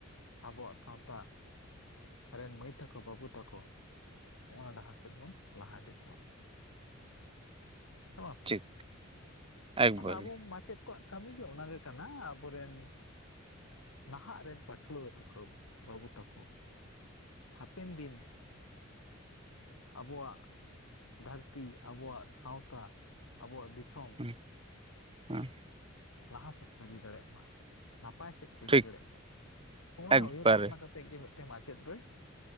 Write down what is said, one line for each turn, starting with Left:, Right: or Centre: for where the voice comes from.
Left: ᱟᱵᱚᱣᱟᱜ ᱥᱟᱶᱛᱟ ᱟᱨ ᱨᱮᱱ ᱢᱟᱹᱭ ᱛᱟᱠᱚ ᱵᱟᱹᱵᱩ ᱛᱟᱠᱚ ᱱᱚᱸᱜᱼᱟ ᱰᱟᱦᱟᱨ ᱥᱮᱫ ᱵᱚᱱ ᱞᱟᱦᱟ ᱤᱫᱤ ᱠᱚᱣᱟ ᱦᱮᱸᱵᱟᱝ ᱥᱮ
Right: ᱴᱷᱤᱠ ᱮᱠᱵᱟᱨᱮ
Left: ᱟᱫᱚ ᱢᱟᱪᱮᱫ ᱚᱠᱟᱜ ᱠᱟᱹᱢᱤ ᱜᱮ ᱚᱱᱟ ᱜᱮ ᱠᱟᱱᱟ ᱟᱵᱚᱨᱮᱱ ᱱᱟᱦᱟᱜ ᱨᱮᱱ ᱯᱟᱹᱴᱷᱩᱣᱟᱹ ᱛᱟᱠᱚ ᱵᱟᱹᱵᱩ ᱛᱟᱠᱚ ᱦᱟᱯᱮᱱ ᱫᱤᱱ ᱟᱵᱚᱣᱟᱜ ᱫᱷᱟᱹᱨᱛᱤ ᱟᱵᱚᱣᱟᱜ ᱥᱟᱶᱛᱟ ᱟᱵᱚᱣᱟᱜ ᱫᱤᱥᱚᱢ
Right: ᱦᱩᱸ ᱦᱩᱸ
Left: ᱞᱟᱦᱟ ᱥᱮᱫ ᱠᱚ ᱤᱫᱤ ᱫᱟᱲᱮᱭᱟᱜ ᱢᱟ ᱱᱟᱯᱟᱭ ᱥᱮᱫ ᱠᱚ ᱤᱫᱤ
Right: ᱴᱷᱤᱠ
Left: ᱫᱟᱲᱮᱭᱟᱜ ᱢᱟ ᱚᱱᱟ
Right: ᱮᱠᱵᱟᱨᱮ
Left: ᱩᱭᱦᱟᱹᱨ ᱵᱷᱟᱵᱽᱱᱟ ᱠᱟᱛᱮᱫ ᱛᱮᱜ ᱜᱮ ᱢᱤᱫᱴᱮᱱ ᱢᱟᱪᱮᱫ ᱫᱚᱭ